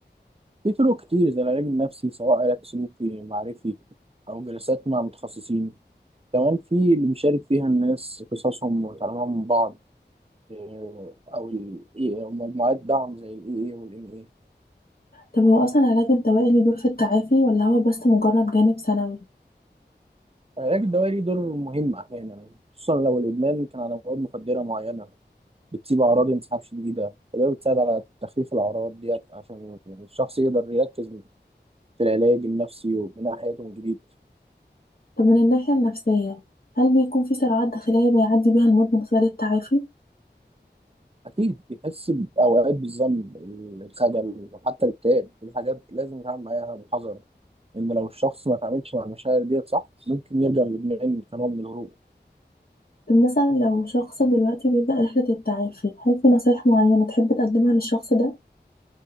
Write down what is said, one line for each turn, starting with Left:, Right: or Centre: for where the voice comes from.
Right: في طرق كتير زي العلاج النفسي سواء علاج سلوكي معرفي أو جلسات مع متخصصين كمان في اللي بيشارك فيها الناس قصصهم وتعلمهم من بعض آه، أو ال AA أو مجموعات دعم زي ال AA وال NA
Left: طب هو اصلا العلاج الدوائي له دور في التعافي ولا هو بس مجرد جانب ثانوي
Right: العلاج الدوائي ليه دور مهم أحيانا خصوصا لو الإدمان كان على مواد مخدرة معينة بتسيب أعراض انسحاب شديدة وده بتساعد على تخفيف الأعراض ديت عشان الشخص يقدر يركز في العلاج النفسي وبناء حياته من جديد
Left: طب من الناحية النفسية هل بيكون في صراعات داخلية بيعدي بيها المود من خلال التعافي؟
Right: أكيد بيحس بأوقات بالذنب الخجل وحتى الاكتئاب دي حاجات لازم يتعامل معاها بحذر إن لو الشخص ما تعاملش مع المشاعر ديت صح ممكن يرجع للإدمان كنوع من الهروب
Left: طب مثلا لو شخص دلوقتي بيبدأ رحلة التعافي هل في نصايح معينة تحب تقدمها للشخص ده؟